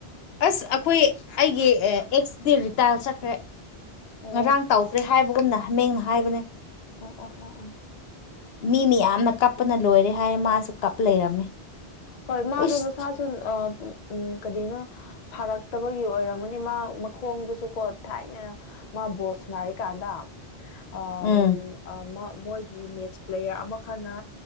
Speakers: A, on the left (about 75°); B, on the left (about 55°).
A: ꯑꯁ ꯑꯈꯣꯏ ꯑꯩꯒꯤ ꯑꯦꯛꯁ ꯇꯤ ꯔꯤꯇꯥꯜ ꯆꯠꯈ꯭ꯔꯦ
B: ꯑꯣ
A: ꯉꯔꯥꯡ ꯇꯧꯈ꯭ꯔꯦ ꯍꯥꯏꯕꯒꯨꯝꯅ ꯍꯥꯃꯦꯡꯅ ꯍꯥꯏꯕꯅꯦ
B: ꯑꯣ ꯑꯣ ꯑꯣ ꯑꯣ
A: ꯃꯤ ꯃꯌꯥꯝꯅ ꯀꯞꯄꯅ ꯂꯣꯏꯔꯦ ꯍꯥꯏꯌꯦ ꯃꯥꯁꯨ ꯀꯞ ꯂꯩꯔꯝꯃꯦ
B: ꯍꯣꯏ ꯃꯥꯗꯣ
A: ꯎꯏꯁ
B: ꯃꯁꯥꯁꯨ ꯑ ꯎꯝ ꯀꯔꯤꯅꯣ ꯐꯥꯔꯛꯇꯕꯒꯤ ꯑꯣꯏꯔꯝꯒꯅꯤ ꯃꯥ ꯃꯈꯣꯡꯗꯨꯁꯨ ꯀꯣ ꯊꯥꯏꯅ ꯃꯥ ꯕꯣꯜ ꯁꯥꯟꯅꯔꯤꯀꯥꯟꯗ ꯑꯥꯝ
A: ꯎꯝ
B: ꯑ ꯃ ꯃꯣꯏꯒꯤ ꯃꯦꯠꯆ ꯄ꯭ꯂꯦꯌꯥꯔ ꯑꯃꯈꯅ